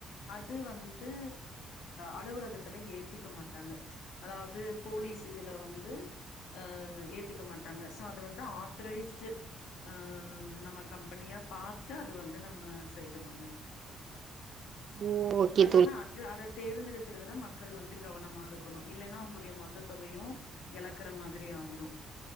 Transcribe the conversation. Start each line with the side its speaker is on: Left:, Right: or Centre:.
Left: அது வந்து அலுவலகத்துல ஏத்துக்க மாட்டாங்க அதாவ்து போலீஸ் இதுல வந்து ஆ ஏத்துக்க மாட்டாங்க சோ அது வந்து ஆத்தரைஸ்டு ஆ நம்ம கம்பனியா பாத்து அது வந்து நம்ம செய்யணுங்க
Right: <inaudible> ஓகே
Left: அத்னால
Right: தோழி
Left: அது அத தேர்ந்தெடுக்கறதுல மக்கள் வந்து கவனமாருக்குணு இல்லன்னா அவுங்களுடைய மொத்த தொகையு எழக்கற மாத் த்ரி ஆயிரு